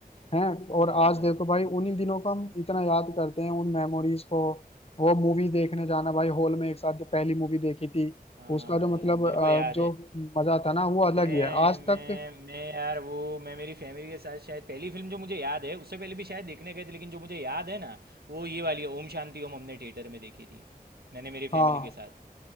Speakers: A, on the left (about 40°); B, on the right (about 80°).
A: हैं और
B: हाँ
A: आज
B: भाई
A: देखो भाई
B: हाँ
A: उन्हीं दिनों को हम इतना याद करते हैं उन मेमोरीज को वो मूवी देखने जाना भाई हॉल में एक साथ जो पहली मूवी देखी थी
B: हाँ
A: उसका जो
B: भाई
A: मतलब
B: हाँ मेरे
A: अ,
B: को याद
A: जो
B: है
A: मजा था ना वो अलग
B: मैं
A: ही है आज
B: मैं
A: तक
B: मैं यार वो मैं मेरी फैमिली के साथ शायद पहली फिल्म जो मुझे याद है उससे पहले भी शायद देखने गए थे लेकिन जो मुझे याद है ना वो ये वाली है ओम शांति ओम हमने थिएटर में देखी थी मैंने मेरी
A: हाँ
B: फैमिली के साथ